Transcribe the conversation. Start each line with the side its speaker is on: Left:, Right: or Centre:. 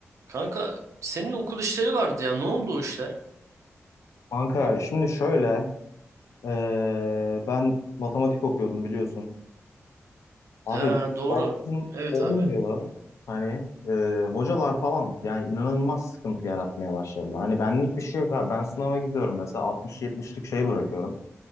Right: Kanka senin okul işleri vardı ya. Ne oldu o işler?
Left: Kanka şimdi şöyle eee, ben matematik okuyordum biliyorsun. Abi
Right: Ha doğru.
Left: baktım
Right: Evet
Left: olmuyor.
Right: abi.
Left: Hani eee, hocalar falan yani inanılmaz sıkıntı yaratmaya başladı. Hani benlik bir şey yok abi. Ben sınava gidiyorum mesela 60-70'lik şey bırakıyorum.